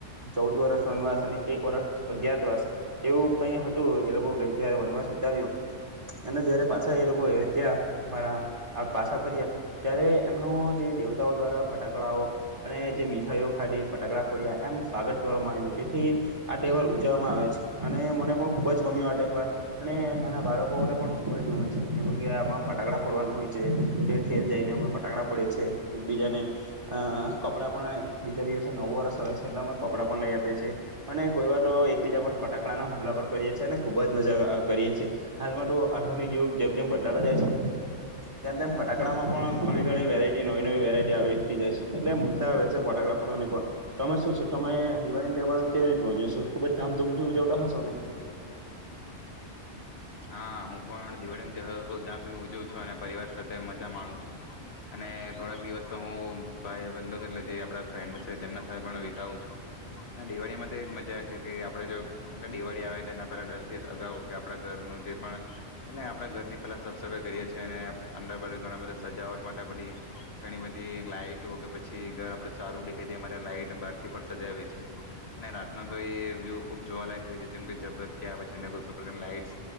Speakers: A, on the right; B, on the left.
A: ચૌદ વર્ષ વનવાસ અને એક વરષ અજ્ઞાતવાસ એવું કઈ હતું એ લોકો જયારે વનવાસ વિતાવ્યો અને જયારે પાછા એ લોકો અયોધ્યા મારા પાછા ફર્યા ત્યારે એમનો જે દેવતાઓ દ્વારા ફટાકડાઓ અને જે મીઠાઈઓ ખાઢી ફટાકડા ફોડ્યા એમ સ્વાગત કરવામાં આવ્યું તેથી આ તહેવાર ઉજવવામાં આવે છે અને મને પણ ખુબ જ ગમ્યો આ તહેવાર. અને નાના બાળકોને પણ ખુબ જ ગમે છે કેમ કે આમાં ફટાકડા ફોડવાના હોય છે ઠેર ઠેર જઈને અમે ફટાકડા ફોડીએ છીએ. એકબીજાને અ કપડાં પણ બીજા દિવસ નવું વર્ષ આવે છે એટલે અમે કપડાં પણ લઈ આપીએ છીએ અને કોઈ વાર તો એકબીજા પર ફટાકડાના હુમલા પણ કરીએ છીએ અને ખુબ જ મજા કરીએ છીએ હાલમાં તો આધુિક યુગક જેમ જેમ બદ જાય છે તેમ તેમ ફટાકડામાં પણ ઘણી ઘણી વેરાયટી નવી નવી વેરાયટી આવીતી જાય છે એટલે મજા આવે છે ફટાકડા ફોડવાની પણ તમે શું શું તમે દિવાળીનો તહેવાર કેવી રીત ઉજવશો ખુબ જ ધામધૂમ થી ઉજવતા હશો ને.
B: હા હું પણ દિવાળીનો તહેવાર ખૂબ ધામધૂમથી ઉજવું છું. અને પરિવાર સાથે મજા માણું છું અને થોડાક દિવસ તો હું ભાઈ બંધુ એટલે જે આપણા ફ્રેન્ડ છે તેમના સાથે પણ વિતાવું છું અને દિવાળીમાં તો એવી જ મજા આવે છે કે આપણે જો એટલે દિવાળી આવે તે એના પહેલા દસ દિવસ અગાઉ કે આપણે ઘરનું જે પણ એટલે આપણેે ઘરની પેલા સાફ સફાઈ કરીએ છીએ અને અંદર ઘણા બધા સજાવટ માટે બધી ઘણી બધી લાઈટો કે પછી ઘર આપડું સારું દેખાય છે તે માટે લાઈટ બારથી પણ સજાવીએ છે. ને રાતના તો એ વ્યુ ખુબ જોવાલાયક હોય છે. જેમ કે જબકિયા પછી ને એ કોઈ પણ પ્રકારની લાઈટસ